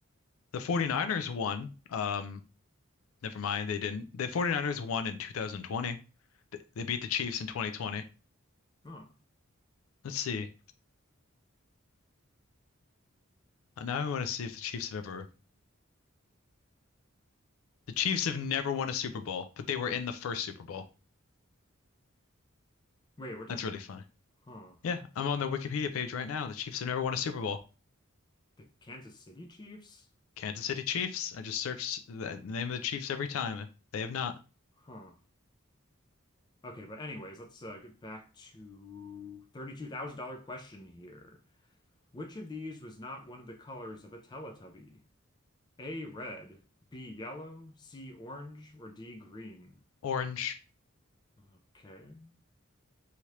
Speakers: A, on the left; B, on the left.
A: The 49ers won. Um, never mind, they didn't. The 49ers won in 2020. They, they beat the Chiefs in 2020.
B: Huh.
A: Let's see. Uh, Now I want to see if the Chiefs have ever. The Chiefs have never won a Super Bowl, but they were in the first Super Bowl.
B: Wait, we're done.
A: That's really funny.
B: Huh.
A: Yeah, I'm on their Wikipedia page right now. The Chiefs have never won a Super Bowl.
B: The Kansas City Chiefs?
A: Kansas City Chiefs. I just searched the name of the Chiefs every time, and they have not.
B: Huh. Okay, but anyways, let's uh, get back to $32,000 question here. Which of these was not one of the colors of a Teletubby? A red, B yellow, C orange, or D green?
A: Orange.
B: Okay,